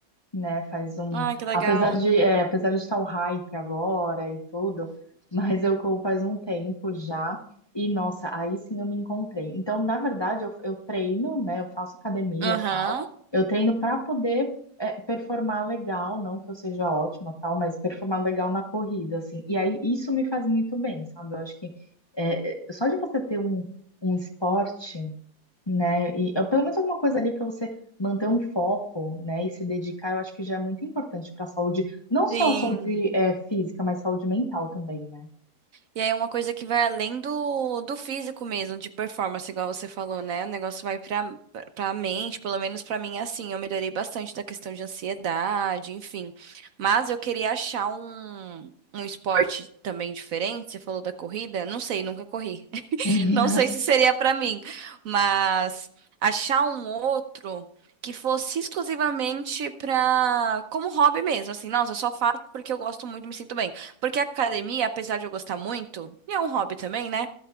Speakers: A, on the left; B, on the right.
A: né? Faz um,
B: Ai, que legal.
A: apesar de, é, apesar de estar o hype agora e tudo, <laughs> mas eu corro faz um tempo já e nossa, aí sim eu me encontrei. Então, na verdade, eu, eu treino, né? Eu faço academia
B: Aham.
A: e tal. Eu treino para poder é, performar legal, não que eu seja ótima tal, mas performar legal na corrida, assim. E aí isso me faz muito bem, sabe? Eu acho que é, é, só de você ter um, um esporte né? E eu- pelo menos alguma coisa ali para você manter um foco, né, e se dedicar, eu acho que já é muito importante para a saúde, não só
B: Sim.
A: a saúde é, física, mas saúde mental também, né?
B: E aí é uma coisa que vai além do, do físico mesmo, de performance, igual você falou, né? O negócio vai pra, pra mente, pelo menos pra mim é assim. Eu melhorei bastante da questão de ansiedade, enfim. Mas eu queria achar um, um esporte também diferente. Você falou da corrida? Não sei, nunca corri.
A: Uhum.
B: Não sei se seria pra mim, mas achar um outro que fosse exclusivamente pra como hobby mesmo, assim, nossa, eu só faço porque eu gosto muito, me sinto bem. Porque a academia, apesar de eu gostar muito, e é um hobby também, né?